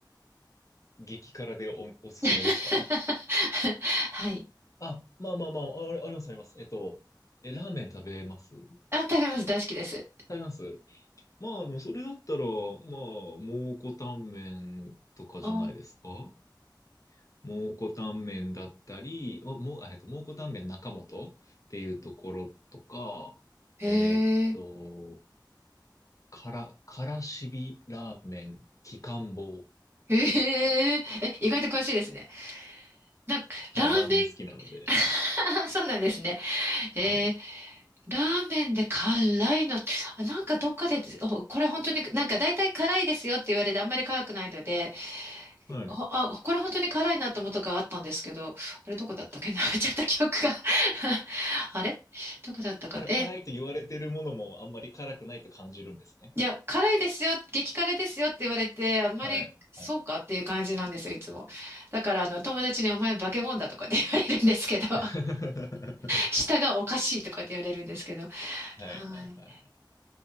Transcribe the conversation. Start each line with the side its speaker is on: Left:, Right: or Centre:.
Left: 激辛でお、おすすめですか
Right: <laughs> はい。
Left: あ、まあまあまあ、あ、ありますあります。えっと、え、ラーメン食べます食
Right: あ、食べます。大好きです。
Left: べますまあ、でもそれだったら、まあ、蒙古タンメンとかじゃないですか
Right: あー
Left: 蒙古タンメンだったり、おもう、えっと、蒙古タンメン中本っていうところとか、
Right: へ
Left: えーっと、
Right: え、
Left: から、からしびラーメン、きかんぼう。
Right: へえ、え、意外と詳しいですね。なんか、
Left: はい、
Right: ラーメン、
Left: ラーメン好きなのでね、
Right: <laughs>
Left: はい、
Right: そうなんですね。へえ
Left: はい、
Right: ラーメンで辛いのって、あ、なんかどっかで、おこれ本当になんか大体辛いですよって言われてあんまり辛くないので、
Left: はい。
Right: ほあ、これ本当に辛いなって思ったことがあったんですけど、あれどこだったっけな <laughs> ちゃった記憶が <laughs> あれどこだったかなえ、
Left: から辛いと言われてるものもあんまり辛くないと感じるんですね。
Right: いや、辛いですよ、激辛ですよって言われて、あんまりそうかっていう感じなんですよ、
Left: はい、はい。
Right: いつも。だからあの友達にお前化け物だとかって言われるんですけど <laughs>
Left: <laughs>
Right: 舌がおかしいとかって言われるんですけど。
Left: はい、
Right: はい。
Left: はい、はい。